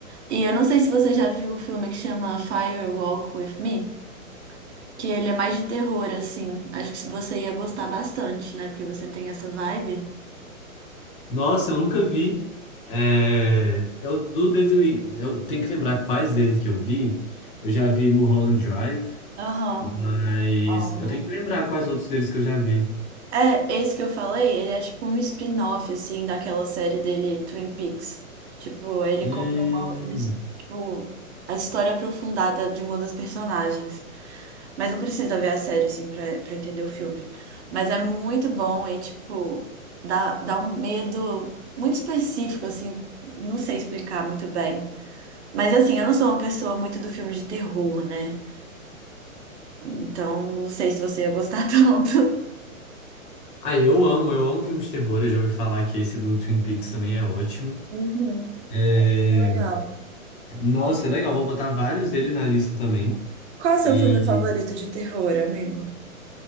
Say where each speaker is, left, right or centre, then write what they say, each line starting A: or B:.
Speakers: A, on the right; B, on the left.
A: E eu não sei se você já viu o filme que chama Fire Walk With Me, que ele é mais de terror, assim. Acho que você ia gostar bastante, né? Porque você tem essa vibe.
B: Nossa, eu nunca vi. É, eu, do David Lin- eu tenho que lembrar quais deles que eu vi. Eu já vi Mulholland Drive,
A: Aham.
B: mas
A: Amo.
B: eu tenho que lembrar quais outros deles que eu já vi.
A: É, esse que eu falei, ele é tipo um spin-off, assim, daquela série dele, Twin Peaks. Tipo, ele
B: Hum...
A: conta uma, uma his- tipo, a história aprofundada de uma das personagens. Mas não precisa ver a série, assim, pra, pra entender o filme. Mas é muito bom e, tipo, dá, dá um medo muito específico, assim, não sei explicar muito bem. Mas, assim, eu não sou uma pessoa muito do filme de terror, né? Então, não sei se você ia gostar <laughs> tanto.
B: Ah, eu amo, eu amo filmes de terror. Eu já ouvi falar que esse do Twin Peaks também é ótimo.
A: Uhum,
B: É,
A: que legal.
B: Nossa, é legal. Vou botar vários dele na lista também.
A: Qual é o seu
B: E.
A: filme favorito de terror, amigo?